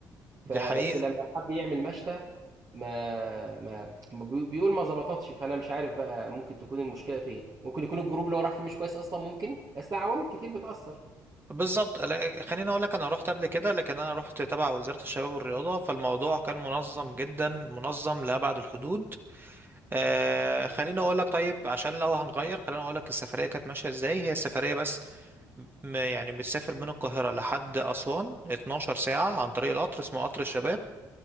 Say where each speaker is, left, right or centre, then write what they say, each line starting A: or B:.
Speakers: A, on the right; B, on the right.
A: فبس
B: دي حقيقة
A: لما حب يعمل مشتى ما ما بي- بيقول ما ظبطتش فانا مش عارف بقى ممكن تكون المشكله فين ممكن يكون الجروب اللي هو راح فيه مش كويس اصلا ممكن بس ده عوامل كتير بتاثر
B: بالظبط لا، خليني اقول لك انا رحت قبل كده لكن انا رحت تبع وزارة الشباب والرياضة فالموضوع كان منظم جدا منظم لأبعد الحدود آه خليني اقول لك طيب عشان لو هنغير خليني اقول لك السفرية كانت ماشية ازاي هي السفرية بس م- يعني بتسافر من القاهرة لحد أسوان 12 ساعة عن طريق القطر اسمه قطر الشباب